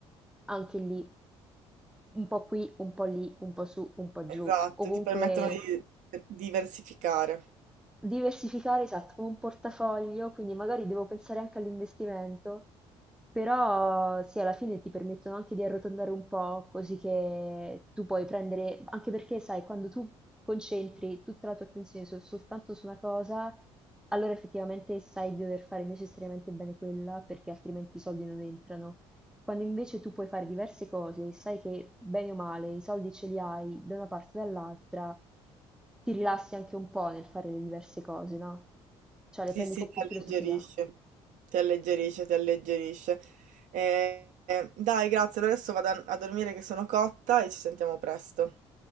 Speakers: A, in the centre; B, on the right.
A: anche lì, un po' qui, un po' lì, un po' su, un po'
B: Esatto,
A: giù, ovunque
B: ti permettono di diversificare.
A: Diversificare, esatto, come un portafoglio, quindi magari devo pensare anche all'investimento, però sì, alla fine ti permettono anche di arrotondare un po', così che tu puoi prendere, anche perché sai, quando tu concentri tutta la tua attenzione sol- soltanto su una cosa, allora effettivamente sai di dover fare necessariamente bene quella, perché altrimenti i soldi non entrano. Quando invece tu puoi fare diverse cose e sai che bene o male i soldi ce li hai da una parte o dall'altra, ti rilassi anche un po' nel fare le diverse cose, no? Cioè
B: Sì,
A: le prendi
B: sì,
A: con
B: ti
A: più filosofia.
B: alleggerisce, ti alleggerisce, ti alleggerisce. Eh, eh, dai, grazie. Allora adesso vado a a dormire che sono cotta e ci sentiamo presto.